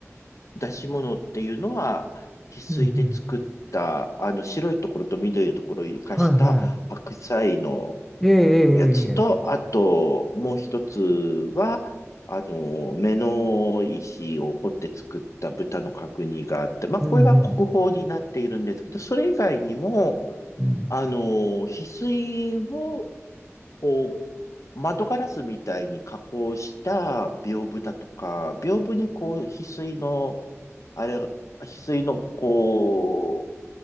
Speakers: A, on the left (about 75°); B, in the centre.
A: 出し物っていうのは、翡翠で作った、
B: うん。うんうん。
A: あの、白いところと緑のところを生かした白菜の、
B: はいはい。ええええええ。
A: やつと、あと、もう一つは、あの、目の石を彫って作った豚の角煮があって、まあ、
B: うんうん
A: これが国宝になっているんですけど、それ以外にも、
B: うん。
A: あの、翡翠を、こう、窓ガラスみたいに加工した屏風だとか、屏風にこう、翡翠の、あれ、翡翠の、こ